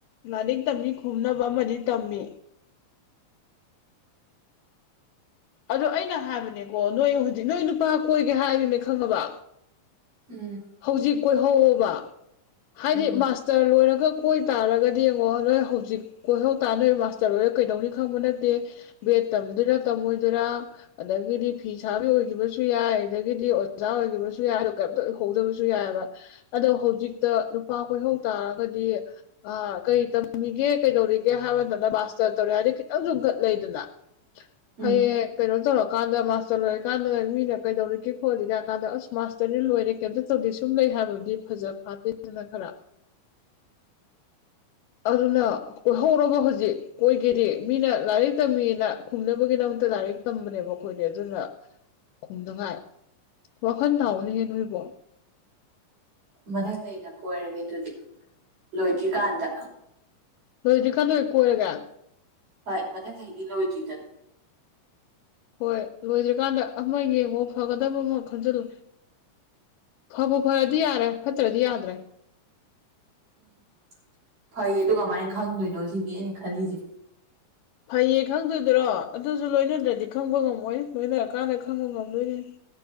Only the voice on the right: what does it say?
ꯎꯝ
ꯎꯝ
ꯎꯝ
ꯃꯊꯪ ꯆꯍꯤꯗ ꯀꯣꯏꯔꯒꯦ ꯑꯗꯨꯗꯤ ꯂꯣꯏꯗ꯭ꯔꯤ ꯀꯥꯟꯗ
ꯍꯣꯏ ꯃꯊꯪ ꯆꯍꯤꯗꯤ ꯂꯣꯏꯗ꯭ꯔꯤꯗꯅ
ꯎꯝ ꯐꯩꯌꯦꯗꯨ ꯀꯃꯥꯏꯅ ꯈꯪꯗꯣꯏꯅꯣ ꯁꯤꯅꯤ ꯑꯩꯅ ꯈꯜꯂꯤꯖꯦ